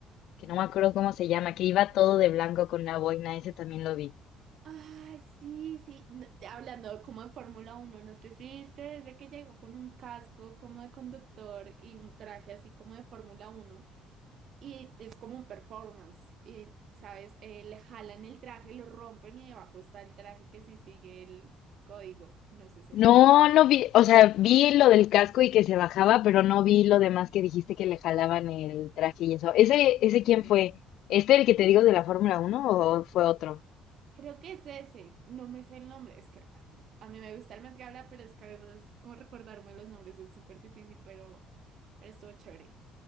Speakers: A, on the left; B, on the right.
A: que no me acuerdo cómo se llama, que iba todo de blanco con una boina, ese también lo vi.
B: Ay, sí, sí, no- ya hablando como en Fórmula Uno, no sé si viste desde que llegó con un casco como de conductor y un traje así como de Fórmula Uno Y es como un performance. Y, ¿sabes? Eh, le jalan el traje, lo rompen y debajo está el traje que sí sigue el código. No sé si has
A: No,
B: visto.
A: no vi, o sea, vi lo del casco y que se bajaba, pero no vi lo demás que dijiste que le jalaban el traje y eso. ¿Ese, ese quién
B: Amplia.
A: fue? ¿Este el que te digo de la Fórmula uno o fue otro?
B: Creo que es ese. No me sé el nombre. Es que a mí me gusta el Met Gala, pero es que a veces como recordarme los nombres es súper difícil, pero, pero estuvo chévere.